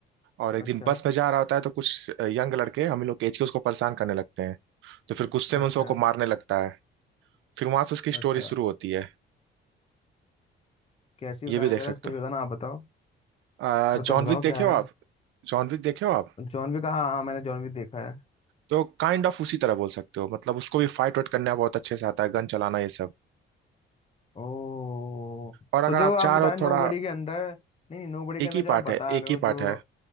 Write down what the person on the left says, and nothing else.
अच्छा
अच्छा
अच्छा
कैसी
बताना
जरा
स्टोरी बताना आप बताओ
थोड़ा सा
बताओ
क्या
है
जॉन विक हाँ हाँ मैंने जॉन विक देखा है
ओ
तो जो
आप
बता
रहे
नोबडी के अंदर नहीं नहीं नोबडी
के अंदर
जो
आप बता
रहे
हो जो